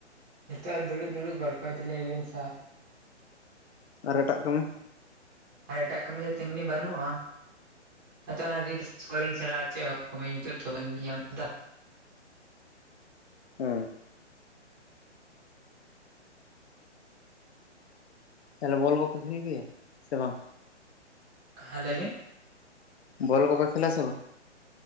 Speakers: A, on the right; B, on the left.
A: ᱱᱤᱛᱚᱜ ᱟᱨ ᱫᱩᱲᱩᱵ ᱫᱩᱲᱩᱵ ᱜᱚᱞᱯᱚᱭ ᱫᱟᱞᱤᱧ <inaudible> ᱟᱵᱤᱱ ᱥᱟᱶ᱾
B: ᱟᱨ ᱮᱴᱟᱜ ᱠᱟᱹᱢᱤ?
A: ᱟᱨ ᱮᱴᱟᱜ ᱠᱟᱹᱢᱤ ᱫᱚ ᱛᱮᱢᱱᱤ ᱵᱟᱹᱱᱩᱜᱼᱟ᱾ <inaudible>
B: ᱦᱮᱸ ᱛᱟᱦᱚᱞᱮ ᱵᱚᱞ ᱠᱚᱯᱮ ᱠᱷᱮᱞ ᱜᱤᱭᱟ, ᱥᱮ ᱵᱟᱝ?
A: ᱦᱟᱸ ᱞᱟᱹᱭ ᱵᱤᱱ᱾
B: ᱵᱚᱞ ᱠᱚᱯᱮ ᱠᱷᱮᱞᱟ ᱥᱮᱵᱟ?